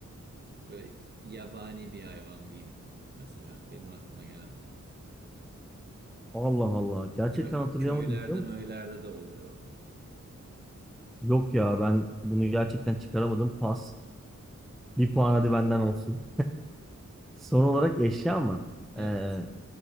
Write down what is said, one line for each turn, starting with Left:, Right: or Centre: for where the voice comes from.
Right: böyle yabani bir hayvan diyeyim mesela benim aklıma gelen.
Centre: Allah Allah. Gerçekten
Right: Kö
Centre: hatırlayamadım
Right: köylerde
Centre: biliyor musun?
Right: möylerde de oluyor.
Centre: Yok ya ben bunu gerçekten çıkaramadım. Pas. Bir
Right: Hmm,
Centre: puan hadi benden olsun. Son olarak eşya mı?
Right: evet.
Centre: Ee,